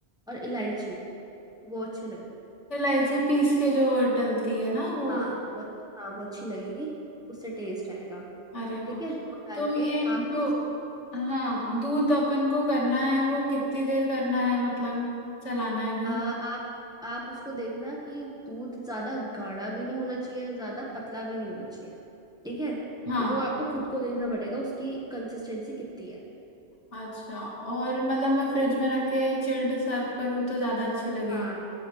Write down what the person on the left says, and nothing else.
इलायची पीस के जो डलती है ना वो
अरे वाह
तो
ये
जो
हाँ दूध अपन को करना है वो कितनी देर करना है मतलब चलाना है दूध
हाँ
अच्छा और मतलब मैं फ्रिज में रख के चिल्ड सर्व करूँ तो ज्यादा अच्छी लगेगी